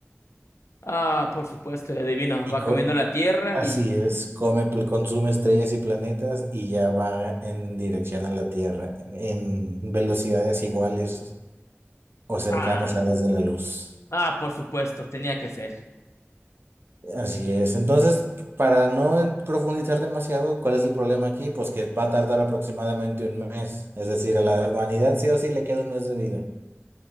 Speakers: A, on the left (about 80°); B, on the right (about 55°).
A: Ah, por supuesto, adivino.
B: Y
A: Va
B: co-
A: cambiando la tierra
B: así
A: y...
B: es,
A: y-
B: come, pl- consume estrellas y planetas y ya va en dirección a la Tierra, en velocidades iguales o cercanas
A: Ah,
B: a las de la luz.
A: ah, por supuesto, tenía que ser.
B: Así es. Entonces, para no en- profundizar demasiado, ¿cuál es el problema aquí? Pues que va a tardar aproximadamente un mes. Es decir, a la humanidad sí o sí le queda un mes de vida.